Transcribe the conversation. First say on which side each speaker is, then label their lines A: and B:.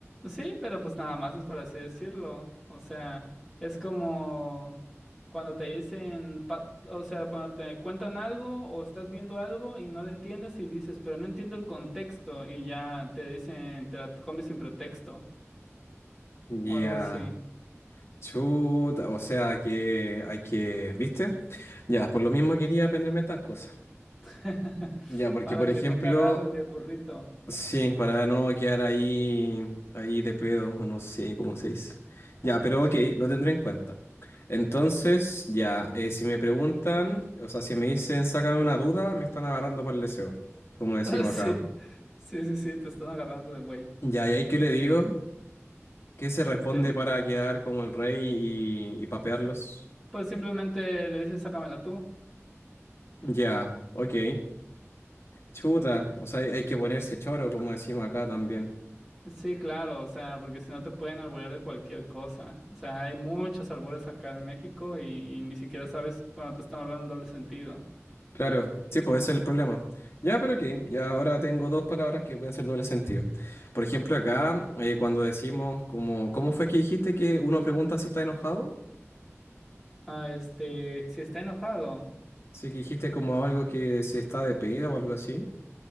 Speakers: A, in the centre; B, on the left (about 55°).
A: Sí, pero pues nada más es por así decirlo. O sea, es como cuando te dicen, pa- o sea, cuando te cuentan algo o estás viendo algo y no le entiendes y dices, pero no entiendo el contexto y ya te dicen, te la comes sin pretexto
B: Ya,
A: o algo así,
B: Chuta, o sea que hay que, ¿viste? Ya, por lo mismo quería aprenderme estas cosas.
A: <laughs>
B: Ya, porque
A: para
B: por ejemplo,
A: que no te agarren de burrito.
B: sí, para no quedar ahí, ahí de pedo, o no sé cómo se dice. Ya, pero ok, lo tendré en cuenta. Entonces, ya, eh, si me preguntan, o sea, si me dicen, sácame una duda, me están agarrando para el deseo, como decimos
A: <laughs> Sí,
B: acá.
A: sí, sí, sí, te están agarrando de güey.
B: Ya, ¿y ahí qué le digo? ¿Qué se responde
A: Este,
B: para quedar como el rey y, y papearlos?
A: pues simplemente le dices, sácamela tú.
B: Ya, ok. Chuta, o sea, hay, hay que ponerse choro, como decimos acá también.
A: Sí, claro, o sea, porque si no te pueden alburear de cualquier cosa. O sea, hay muchos albures acá en México y, y ni siquiera sabes cuando te están hablando en doble sentido.
B: Claro, sí, pues ese es el problema. Ya, pero que ya ahora tengo dos palabras que pueden ser doble sentido. Por ejemplo, acá, eh, cuando decimos como, ¿cómo fue que dijiste que uno pregunta si está enojado?
A: Ah, este, si está enojado,
B: Sí, que dijiste como algo que se está de pedo o algo así.